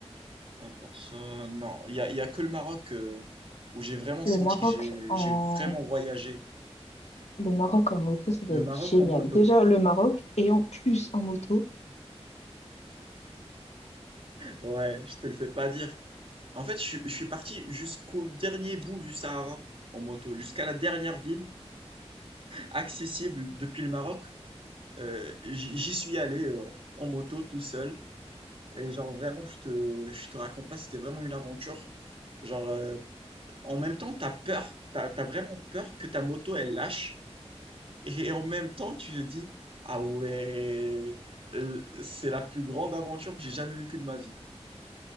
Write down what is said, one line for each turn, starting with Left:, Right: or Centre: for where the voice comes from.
Right: à part ça, non, il y a, il y a que le Maroc euh, où j'ai vraiment
Left: Le
Right: senti
Left: Maroc
Right: que j'ai
Left: en
Right: j'ai vraiment voyagé.
Left: le Maroc en moto, ça doit
Right: Le
Left: être
Right: Maroc
Left: génial.
Right: en moto.
Left: Déjà le Maroc et en plus en moto.
Right: Ouais, je te le fais pas dire. En fait, je, suis- je suis parti jusqu'au dernier bout du Sahara en moto, jusqu'à la dernière ville accessible depuis le Maroc. Euh, j'y j'y suis allé euh, en moto tout seul. Et genre vraiment, je te, je te raconte pas, c'était vraiment une aventure. Genre, euh, en même temps, t'as peur, t'as, t'as vraiment peur que ta moto, elle lâche. Et en même temps, tu te dis, ah ouais, euh, c'est la plus grande aventure que j'ai jamais vécue de ma vie.